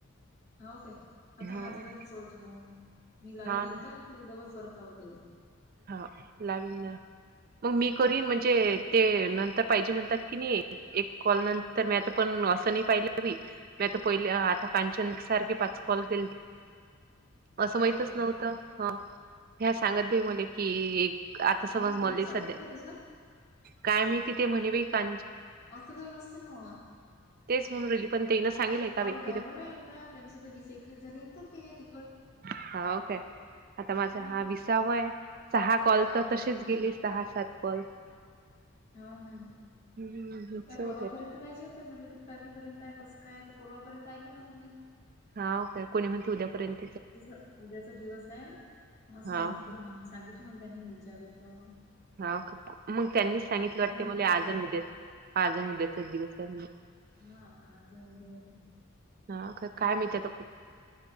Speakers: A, on the left (about 45°); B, on the right (about 45°).
A: हा काय आता
B: ह
A: हा झाला की पडजू मग मी लावीन
B: हा ना
A: एकदा तू डबल. परत लावत जाईल
B: हा लावीन ना मग मी करन म्हणजे म्हणजे ते नंतर पाहिजे म्हणतात की नाही एक कॉल नंतर मी आता पण असं नाही पाहिलं हवी मी आता पहिले आता कांचन सारखे पाच कॉल दि असं
A: हा
B: माहितच
A: काय
B: नव्हतं ह ह्या सांगत भाई मले कि एक आता समज
A: मग
B: मली
A: कोण चालत
B: सध्या
A: नाही का त्याच
B: काय मी तिथे म्हणे बा का
A: असं काही नसते ना
B: तेच म्हणून राहिली पण तेन सांगितलं
A: ते
B: एका
A: कॉल
B: व्यक्तीने
A: व्हायावर आहे आता त्यांचे तर वीस एकवीस झालेंत ते तिखट
B: हा ओके आता माझा
A: हम
B: हा विसावा आहे सहा कॉल तर
A: हो
B: तसेच गेले सहा सात कॉल
A: होा ना
B: हम्म
A: काय
B: जाऊदे
A: परवापर्यंत पाहिजे होत म्हटलं तारखेपर्यंत कसं काय तर पूर्वापर्यंत ऐकलं हो ना तु्ही
B: हा काय कोणी म्हणते उद्यापर्यंत
A: तस उद्याचा दिवस आहे असं
B: हाव
A: म्हटलं
B: काय
A: म्ह सांगितलं मला त्यांनी मी विचारलं तो
B: हा मग त्यांनीच सांगितलं वाटते
A: आता
B: मला
A: परवा
B: आज उद्या आजण उद्याचाच दिवस आहे
A: हा आज उद्याच
B: हा काय काय मिीतीताूप